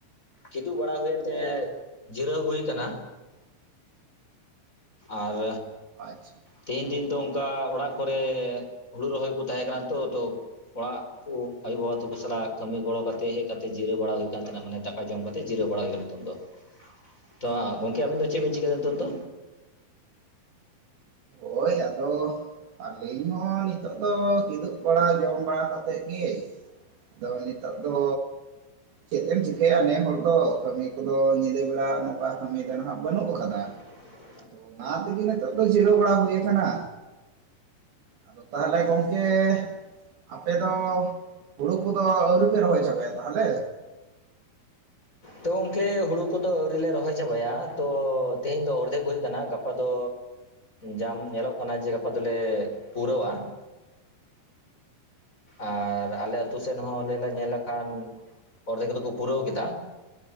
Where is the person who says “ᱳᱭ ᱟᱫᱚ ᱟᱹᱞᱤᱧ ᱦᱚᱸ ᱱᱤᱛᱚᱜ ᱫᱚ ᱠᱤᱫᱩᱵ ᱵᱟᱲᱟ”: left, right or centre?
Right